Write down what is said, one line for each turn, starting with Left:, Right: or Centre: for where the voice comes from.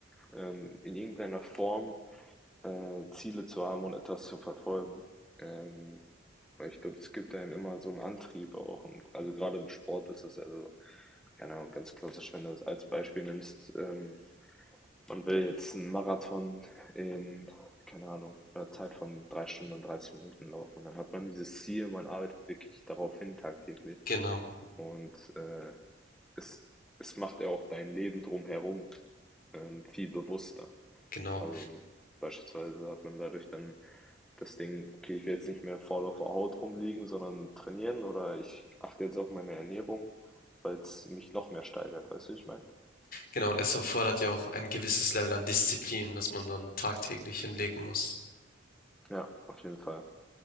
Centre: ähm, in irgendeiner Form äh, Ziele zu haben und etwas zu verfolgen. Ähm, weil ich glaube, es gibt einem immer so einen Antrieb auch. Und also gerade im Sport ist das also, keine Ahnung, ganz klassisch, wenn du es als Beispiel nimmst, ähm, man will jetzt einen Marathon in, keine Ahnung, einer Zeit von drei Stunden und 30 Minuten laufen. Und dann hat man dieses Ziel, man arbeitet wirklich darauf hin tagtäglich.
Left: Genau,
Centre: Und äh, es, es macht ja auch dein Leben drumherum ähm, viel bewusster.
Left: genau,
Centre: Also, beispielsweise hat man dadurch dann das Ding, okay, ich will jetzt nicht mehr faul auf der Haut rumliegen, sondern trainieren oder ich achte jetzt auf meine Ernährung, weil es mich noch mehr steigert, weißt du, wie ich meine?
Left: genau. Und es erfordert ja auch ein gewisses Level an Disziplin, das man dann tagtäglich hinlegen muss.
Centre: Ja, auf jeden Fall.